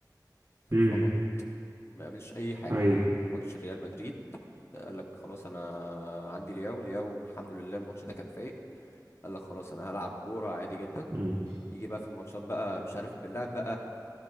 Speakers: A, on the right; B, on the left.
A: مم.
B: فقط ما يعملش اي حاجه
A: أي
B: ماتش ريال مدريد قال لك خلاص انا عندي لياو لياو الحمد لله الماتش ده كان فايق قال لك خلاص انا هلعب كوره عادي جدا
A: مم.
B: يجي بقى في الماتشات بقى مش عارف بنلعب بقى